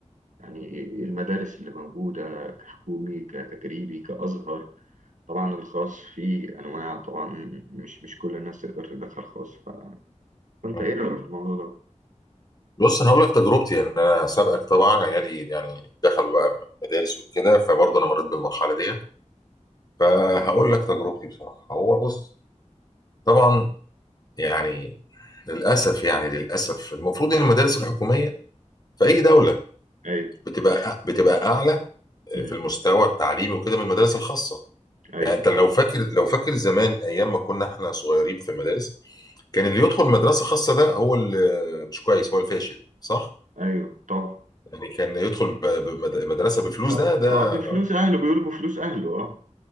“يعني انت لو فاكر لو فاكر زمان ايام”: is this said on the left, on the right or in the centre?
Left